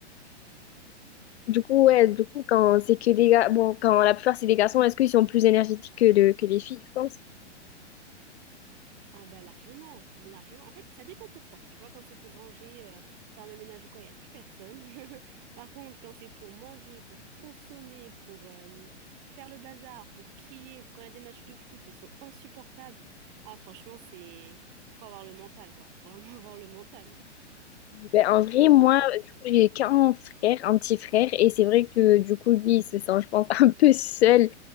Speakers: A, on the left; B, on the right.
A: Du coup, ouais, du coup, quand c'est que des gars, bon, quand la plupart c'est des garçons, est-ce qu'ils sont plus énergétiques que, le- que les filles, tu penses?
B: Ah bah largement, largement. En fait, ça dépend pourquoi. Tu vois, quand c'est pour ranger, euh, faire le ménage ou quoi, il n'y a plus personne. <laughs> Par contre, quand c'est pour manger, pour consommer, pour euh, faire le bazar, pour crier, quand il y a des matchs de foot, ils sont insupportables. Ah franchement, c'est... Faut avoir le mental, quoi. Faut vraiment <laughs> avoir le mental.
A: Ben, en vrai, moi, du coup, j'ai qu'un frère, un petit frère, et c'est vrai que du coup, lui, il se sent, je pense, <laughs> un peu seul.